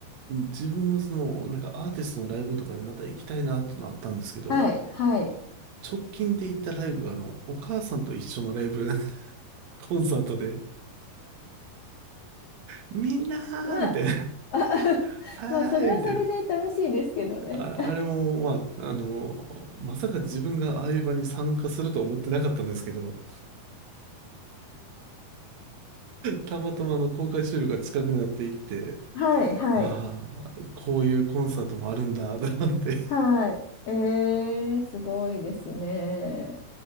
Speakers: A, on the right (about 60°); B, on the left (about 80°).
A: 自分はその、なんかアーティストのライブとかにまた行きたいなっていうのはあったんですけど、
B: はい、はい。
A: 直近で行ったライブがあの、お母さんと一緒のライブ、<laughs> コンサートで、みんなーみたいな、
B: まあ、あ <laughs>
A: はーいみたいな。
B: まあ、それはそれで楽しいですけどね。
A: あ、あれも、まあ、あの、まさか自分がああいう場に参加するとは思ってなかったんですけど、たまたまあの公開収録が近くなっていって、
B: <laughs> はい、はい、
A: ああ、こういうコンサートもあるんだ、と思って
B: はい。えー、すごいですね。